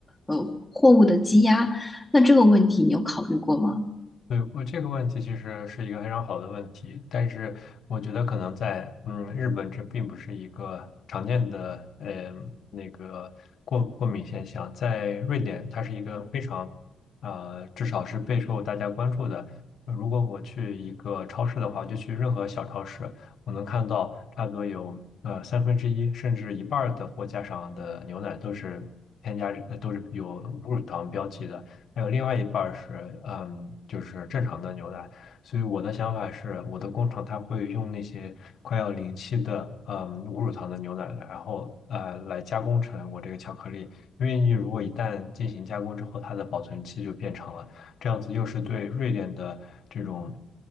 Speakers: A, in the centre; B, on the left.
A: 呃货物的积压。那这个问题你有考虑过吗？
B: 对，我这个问题其实是一个非常好的问题，但是我觉得可能在嗯日本这并不是一个常见的呃那个过过敏现象，在瑞典它是一个非常呃至少是备受大家关注的。呃如果我去一个超市的话，就去任何小超市，我能看到差不多有呃三分之一甚至一半儿的货架上的牛奶都是添加着呃都是有无乳糖标记的。还有另外一半儿是，嗯，就是正常的牛奶。所以我的想法是，我的工厂它会用那些快要临期的，嗯，无乳糖的牛奶，然后呃来加工成我这个巧克力。因为你如果一旦进行加工之后，它的保存期就变长了，这样子又是对瑞典的这种。